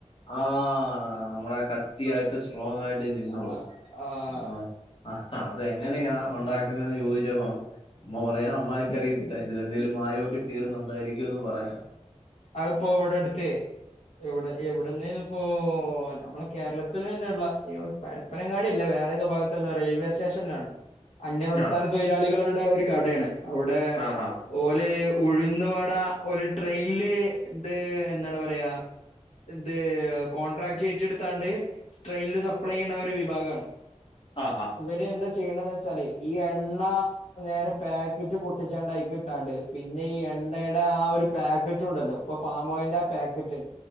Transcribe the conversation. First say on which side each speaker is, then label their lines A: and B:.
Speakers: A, on the left (about 45°); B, on the left (about 65°).
A: ആഹ് നമ്മടെ കട്ടിയായിട്ട് സ്ട്രോങ് ആയിട്ട്
B: ആഹ്
A: നിന്നോളു
B: ആഹ്
A: അ ആ അതെങ്ങനെയാ ഉണ്ടാക്കുന്നത് ചോദിച്ചപ്പോ അമ്മ പറഞ്ഞ പറയാം അമ്മാവിക്കറിയത്തില്ല ഇതിലെന്തേലും മായമൊക്കെ ചേർന്നണ്ടായിരിക്കുമോ എന്ന് പറയാം
B: അത് ഇപ്പോ ഇവിട അടുത്തേ ഇവിടെ ഇവിടു ഇപ്പോ നമ്മളെ കേരളത്തിൽ തന്നെയുള്ള പരപ്പനങ്ങാടിയല്ല വേറെ ഏതോ ഭാഗത്തുള്ള റെയിൽവേ സ്റ്റേഷനിലാണ് അന്യസംസ്ഥാന
A: ആ
B: തൊഴിലാളികളുടെ ഒരു കടയാണ്. അവിടെ
A: ആഹാ
B: ഓരോ ഉഴുന്ന് വട ഒരു ട്രെയിനില് ഇത് എന്താണ് പറയാ ഇത് കോൺട്രാക്ട് ഏറ്റെടുത്താണ്ട് ട്രെയിനില് സപ്ലൈ ചെയ്യ്ണ ഒരു വിഭാഗാണ്
A: ആ ആഹ
B: ഇവര്എന്താചെയ്യ്ണ്ന്ന് വെച്ചാലേഈ എണ്ണാ നേരെ പാക്കറ്റ് പൊട്ടിച്ചാണ്ടയികിട്ടാണ്ട് പിന്നെ ഈ എണ്ണടെ ആ ഒരു പാക്കറ്റുണ്ടല്ലോ ഇപ്പൊ പാമോയിൽന്റെ ആ പേക്കറ്റ്